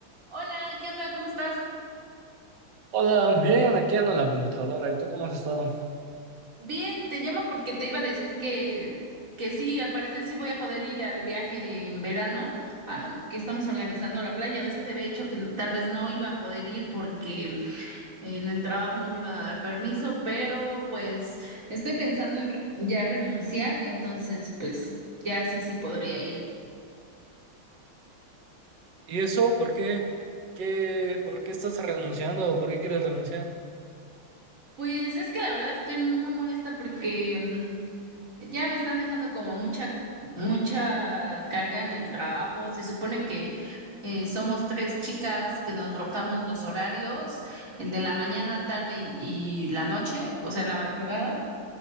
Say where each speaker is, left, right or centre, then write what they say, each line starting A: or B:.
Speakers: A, on the right; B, on the right.
A: Hola, ¿qué onda? ¿Cómo estás?
B: Hola, bien, aquí ando en la computadora. ¿Y tú cómo has estado?
A: Bien, te llamo porque te iba a decir que, que sí, al parecer sí voy a poder ir al viaje de en verano ah, que estamos organizando a la playa. Ves que te había dicho que tal vez no iba a poder ir porque eh, en el trabajo no me iban a dar permiso, pero pues estoy pensando en re- ya renunciar, entonces pues ya sí, sí podría ir.
B: ¿Y eso por qué? ¿Qué, por qué estás renunciando? ¿Por qué quieres renunciar?
A: Pues es que la verdad estoy muy molesta porque mm, Ya me están dejando como mucha, mucha carga en el trabajo. Se supone que eh, somos tres chicas que nos rotamos los horarios, el de la mañana, tarde y, y la noche, o sea, la madrugada.